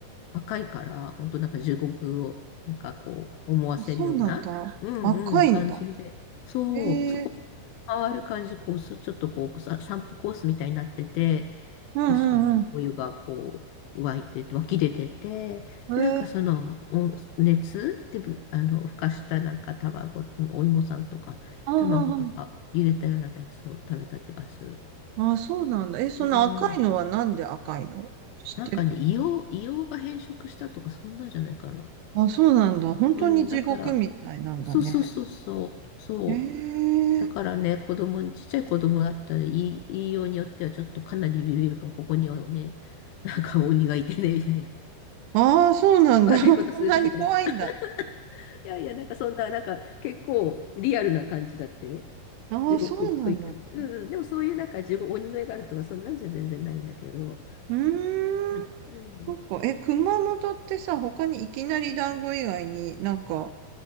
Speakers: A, on the left; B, on the right.
A: 赤いから、本当なんか地獄をなんかこう思わせるような、
B: ーん。そうなんだ。
A: うんうん、
B: 赤いんだ。
A: 感じで。そう、
B: ええ
A: そこ回る感じ、こう、すちょっとこうさ、散歩コースみたいになってて、
B: うんうん
A: 確かね、お湯がこう、湧いて、湧き出てて、で、
B: うん。
A: なんかその、
B: ええ
A: お熱で、ぶあの、ふかしたなんか卵、お芋さんとか、
B: ああ、
A: 卵とか入れたようなやつを食べた気がする。
B: ああ、ああそうなんだ。え、その赤いのはなんで赤いの知ってる
A: うん。なんかね、硫黄、硫黄が変色したとか、そんなんじゃないかな。
B: あ、そうなんだ。本当に地獄みたいなんだね。
A: うん、だから、そうそうそうそう、そう。
B: へ
A: だからね、
B: え。
A: 子供に、ちっちゃい子供だったら、言い、言いようによってはちょっとかなりビビるかも、ここにはね、<laughs> なんか鬼がいてね、みたいな。
B: ああ、そうなんだ。
A: <laughs> 悪いことするとみたいな。
B: <laughs> そんなに怖いんだ。
A: いやいや、なんかそんな、なんか結構リアルな感じだったよ。
B: ああ、
A: 地獄っぽい感じ。
B: そうなんだ。う
A: うんうん、でもそういうなんか地獄、鬼の絵があるとか、そんなんじゃ全然ないんだけど。
B: ーん。
A: うん、うん
B: そっか。え、熊本ってさ、他にいきなり団子以外になんか